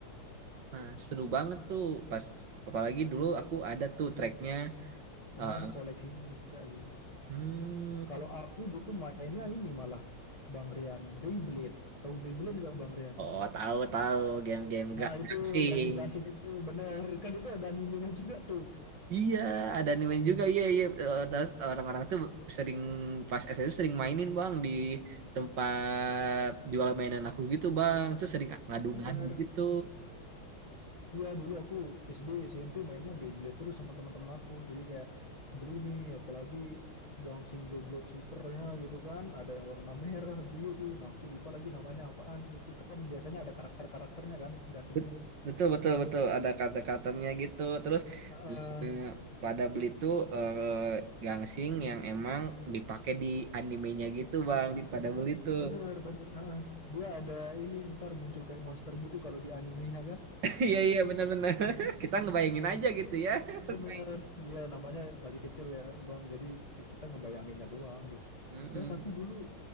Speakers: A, on the right; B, on the left.
A: Nah seru banget tuh pas apalagi dulu aku ada tuh tracknya.
B: cuman
A: eh,
B: koleksinya enggak sih.
A: hmm,
B: Kalau aku dulu mainnya ini malah Bang Rian, Beyblade. Tahu Beyblade enggak Bang Rian?
A: oh tahu tahu game-game
B: Nah
A: gak
B: itu
A: gangsing.
B: gasing-gasing itu bener kan itu ada animenya juga tuh
A: Iya ada anime juga iya iya. Eh, terus orang-orang tuh sering pas SD tuh sering mainin bang di tempat jual mainan aku gitu bang. Terus sering ngadu-ngadu
B: bener
A: gitu.
B: Iya dulu aku SD SMP mainnya Beyblade terus sama teman-teman aku. Jadi kayak beli nih apalagi Gangsing Beyblade Supernya gitu kan. Ada yang warna merah, biru. Nah aku lupa lagi namanya apaan. Itu kan biasanya ada karakter-karakternya kan gasingnya.
A: Bet- Betul betul betul ada kata-katanya gitu terus
B: Heeh,
A: eh, pada beli tuh eh, gangsing yang emang dipakai di animenya gitu bang di pada beli tuh
B: bener, bener, heeh, Dia ada ini ntar muncul kayak monster gitu kalau di animenya kan.
A: <laughs> iya iya benar-benar <laughs> kita ngebayangin aja gitu ya <laughs> pas
B: bener.
A: main.
B: Dia namanya masih kecil ya Bang. Jadi kayak kita ngebayanginnya doang gitu.
A: Mm-mm.
B: Ya, tapi dulu